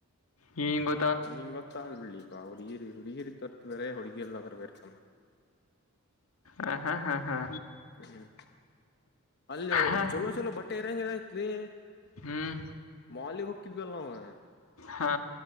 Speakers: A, on the left; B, on the left.
A: ಹ ಗೊತ್ತ
B: ನೀಂಗ ಗೊತ್ತಾಲ್ ಬಿಲ್ಲಿ ಇಪಾ ಹೊಡಗರಿ ಹೊಡಗರಿ ತರತವರೆ ಹೊಡಗೀರಿಲ್ಲಂದರ ಬರೆಮ್ಮ
A: ಹ ಹಾ ಹಾ ಹಾ
B: ಹ್ಮ್ ಅಲ್ಲಿ
A: ಹಾ
B: ಚಲೋ ಚಲೋ ಬಟ್ಟೆ ಇರಂಗರತ್ಲಿ
A: ಹ್ಮ್
B: ಮಾಲಿಗೆ ಹೋಗ. <unintelligible>
A: ಹಾ.